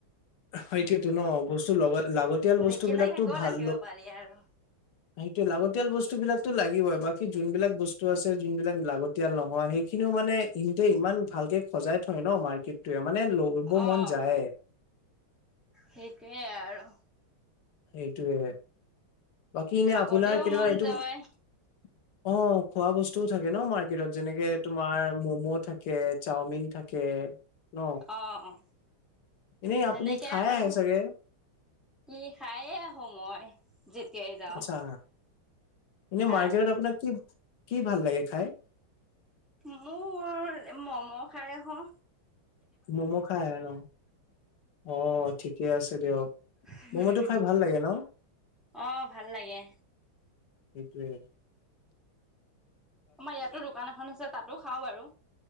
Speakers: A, on the left (about 80°); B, in the centre.
A: সেইটোয়ো ন বস্তু লগত লাগতিয়াল
B: নিকিনাকে
A: বস্তু বিলাকতো
B: ক'ত
A: ভাল
B: আহিব পাৰি আৰু
A: সেইটো লাগতিয়াল বস্তু বিলাকো লাগিবই বাকী যোনবিলাক বস্তু আছে যোন বিলাক লাগতিয়াল নহয় সেইখিনিও মানে সিহঁতে ইমান ভালকে সজাই থয় ন মাৰ্কেটটোয়ে মানে লব
B: অ',
A: মন যায়
B: সেইটোৱে আৰু।
A: সেইটোৱে বাকী এনে
B: খাবলেও
A: আপোনাৰ কেতিয়াবা
B: মন
A: এইটো
B: যায়
A: অ খোৱা বস্তুও থাকে ন মাৰ্কেটত যেনেকে তোমাৰ ম'ম' থাকে, চাওমিন থাকে, ন
B: অহ অ
A: এনেই
B: তেনেকে
A: আপুনি খাই
B: আৰু
A: আহে চাগে
B: ই খায়ে আহো মই। যেতিয়াই যাওঁ।
A: আচ্ছা এনেই
B: হা?
A: মাৰ্কেটত আপোনাৰ কি কি ভাল লাগে খাই
B: মোৰ ম'ম খাই আহো।
A: মম' খাইে ন অ ঠিকে আছে দিয়ক
B: উম!
A: ম'ম'টো খাই ভাল লাগে ন
B: অহ ভাল লাগে।
A: সেইটোৱে
B: আমাৰ ইয়াতো দোকান এখন আছে তাতো খাওঁ বাৰু।